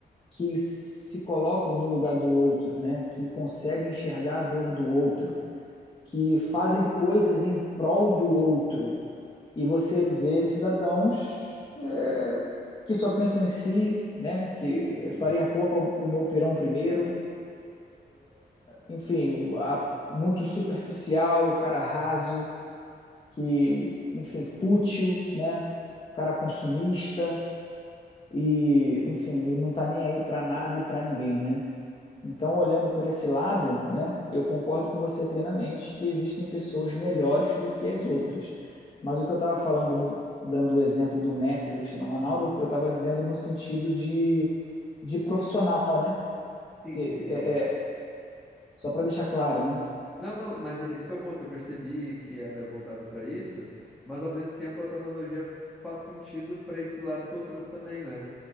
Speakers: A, on the left; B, in the centre.
A: que se colocam no lugar do outro, né? Que conseguem enxergar a dor do outro, que fazem coisas em prol do outro. E você vê cidadãos é, que só pensam em si, né? Que
B: Sim.
A: farinha pouca o, o meu pirão primeiro. Enfim, muito superficial, o cara raso, que, enfim, fútil, né? O cara consumista e, enfim, e não tá nem aí para nada e para ninguém, né? Então, olhando por esse lado, né, eu concordo com você plenamente que existem pessoas melhores do que as outras. Mas o que eu estava falando, no- dando o exemplo do Messi e do Cristiano Ronaldo, eu estava dizendo no sentido de, de profissional, né?
B: Sim,
A: Se-
B: sim, sim.
A: é- é- só para deixar claro, né?
B: Não, não, mas esse que é o ponto. Eu percebi que era voltado pra isso, mas ao mesmo tempo a tua analogia faz sentido pra esse lado que eu trouxe também, né?